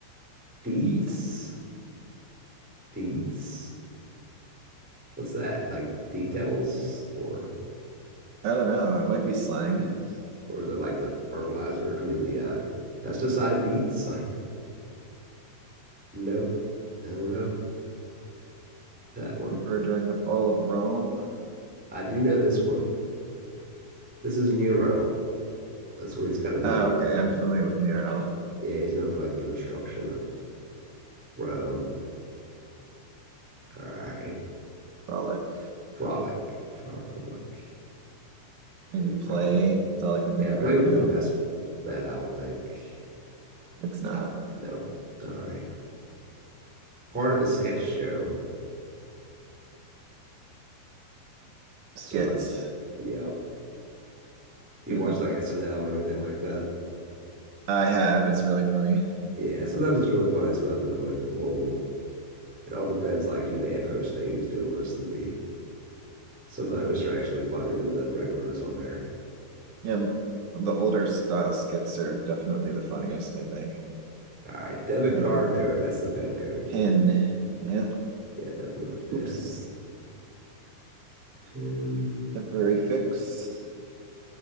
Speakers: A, in the centre; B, on the right.
A: Deets.
B: Dietz.
A: Deets. What's that? Like details or
B: I don't know. It might be slang.
A: Deets. Or is it like the fertilizer? I mean, the uh, pesticide Deets? <laughs> I don't know. Nope. I don't know that one.
B: Emperor during the fall of Rome.
A: I do know this one. This is Nero. That's what he's kind of
B: Ah,
A: known
B: okay.
A: for.
B: I'm familiar with Nero.
A: Yeah, he's known for like the destruction of Rome. All right.
B: Frolic.
A: Frolic. Frolic, frolic,
B: Maybe play.
A: frolic.
B: That's all I can
A: Yeah,
B: think
A: play
B: of right
A: would
B: now.
A: be the best bet, I would think.
B: It's not.
A: Oh, no. All right. Part of a sketch show. So
B: Skit.
A: like, yeah.
B: <laughs>
A: Do you
B: I
A: watch like SNL or anything like that?
B: have. It's really funny.
A: Yeah, sometimes it's really funny, sometimes it's really horrible. It all depends like who they have hosting, who's doing most of the some of the hosts are actually funnier than the regulars on there.
B: Yeah, m- the older style skits are definitely the funniest, I think.
A: All right, debit
B: Like
A: card
B: with
A: code. That's the PIN code.
B: Pin. Yeah.
A: Yeah, definitely the
B: Oops.
A: PIN. PIN.
B: Temporary fix.